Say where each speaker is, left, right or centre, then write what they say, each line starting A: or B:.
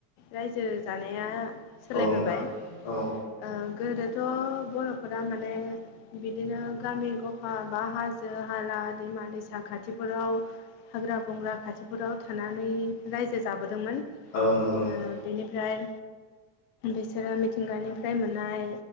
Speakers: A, on the left (about 70°); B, on the left (about 55°).
A: रायजो जानाया सोलायबोबाय
B: औ नोंथां औ।
A: ओ गोदोथ' बर'फोरा माने बिदिनो गामि गफा बा हाजो हाला दैमा दैसा खाथिफोराव हाग्रा बंग्रा खाथिफोराव थानानै रायजो जाबोदोंमोन। ओ
B: औ नंगौ नोंथां
A: बेनिफ्राय बिसोरो मिथिंगानिफ्राय मोननाय